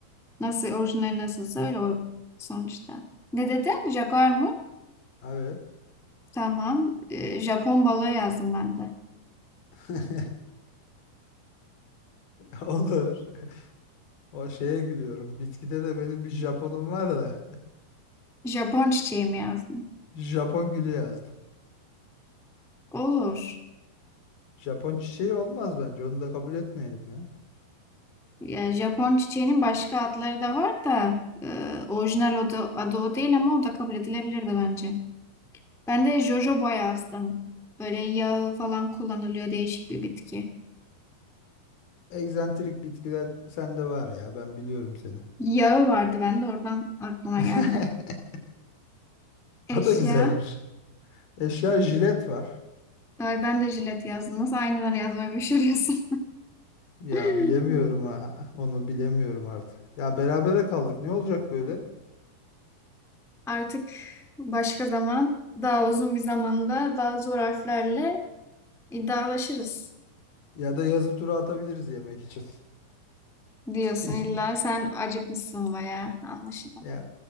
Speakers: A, in the centre; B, on the left (about 70°).
A: Nasıl orijinali nasılsa öyle o sonuçta. Ne dedin? Jaguar mı?
B: Evet.
A: Tamam. Ee, Japon balığı yazdım ben de.
B: <laughs> Olur. O şeye gülüyorum. Bitkide de benim bir Japonum var da.
A: Japon çiçeği mi yazdım?
B: <laughs> Japon gülü yazdım.
A: Olur.
B: Japon çiçeği olmaz bence. Onu da kabul etmeyelim ya.
A: Ya Japon çiçeğinin başka adları da var da e, orijinal o da, adı o değil ama o da kabul edilebilirdi bence. Ben de jojoba yazdım. Böyle yağı falan kullanılıyor değişik bir bitki.
B: Egzantrik bitkiler sende var ya. Ben biliyorum seni.
A: Yağı vardı bende oradan aklıma
B: <laughs>
A: geldi. Eşya.
B: O da güzelmiş. Eşya jilet var.
A: Ay ben de jilet yazdım. Nasıl aynıları yazmayı başarıyorsun?
B: Ya
A: <laughs>
B: bilemiyorum ha. Onu bilemiyorum artık. Ya berabere kaldık. Ne olacak böyle?
A: Artık başka zaman daha uzun bir zamanda daha zor harflerle iddialaşırız
B: Ya da yazı tura atabiliriz yemek için.
A: diyorsun
B: <laughs>
A: illa sen acıkmışsın bayağı anlaşılan.
B: Ya